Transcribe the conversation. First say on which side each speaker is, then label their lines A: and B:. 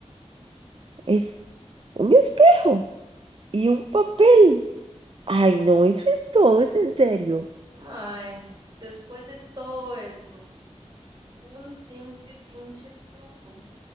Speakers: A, on the right; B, on the right.
A: Es un espejo y un papel. Ay, no, eso es todo, es en serio.
B: Mae, después de todo esto, un simple pinche truco.